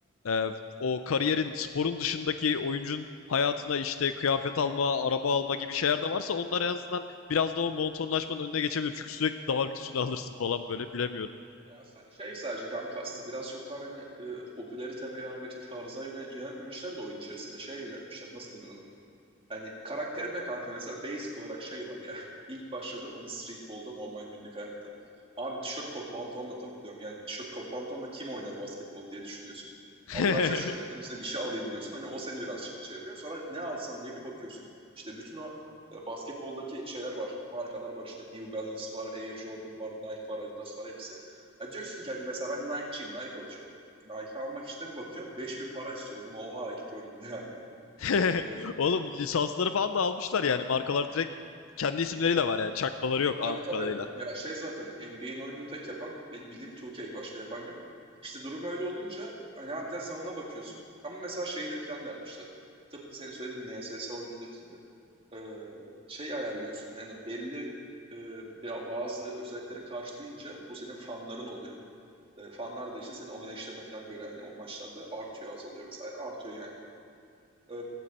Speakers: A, on the left; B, on the right.
A: e, o kariyerin sporun dışındaki oyuncunun hayatına işte kıyafet alma, araba alma gibi şeyler de varsa onlar en azından biraz da o monotonlaşmanın önüne geçebilir. Çünkü sürekli daha lüksünü alırsın falan böyle bilemiyorum.
B: ya sa- şey sadece kanka aslında biraz çok hani e, popülerite veya bir tarza yöne yönetmemişler de oyun içerisinde şey yönetmişler. Nasıl denir ona? Hani karakterimde kanka mesela basic olarak şey var ya. <laughs> İlk başladım hani streetball'da normal günlük hayatta. Abi tişört kot pantolonla takılıyorum. Yani tişört kot pantolonla kim oynar basketbol diye düşünüyorsun.
A: <laughs>
B: Allah aşkına şu karakterin üstüne bir şey alayım diyorsun. Hani o seni birazcık şey yapıyor. Sonra ne alsam diye bir bakıyorsun. İşte bütün o e, basketboldaki şeyler var. Markalar var işte New Balance var, Air Jordan var, Nike var, Adidas var hepsi. Ha diyorsun ki hani mesela ben Nike'çiyim, Nike alacağım. E, Nike almak için de bir bakıyorsun 5000 para istiyor dedim. Oha ilk gördüğümde yani.
A: <laughs>
B: E,
A: Oğlum lisansları falan da almışlar yani. Markalar direkt kendi isimleriyle var yani. Çakmaları yok
B: Tabii
A: anladığım
B: tabii.
A: kadarıyla.
B: Ya şey zaten NBA'in oyununu tek yapan benim bildiğim 2K başka yapan yok. İşte durum öyle olunca hani harbiden sen ona bakıyorsun. Ama mesela şey de- plan da yapmışlar. Tıpkı senin söylediğin NSS oyunundaki gibi. Ee, şey ayarlıyorsun yani belli e, ba- bazı özellikleri karşılayınca bu senin fanların oluyor. E, fanlar da işte senin oynayışlarına falan göre hani o maçlarda artıyor azalıyor vesaire artıyor yani. E,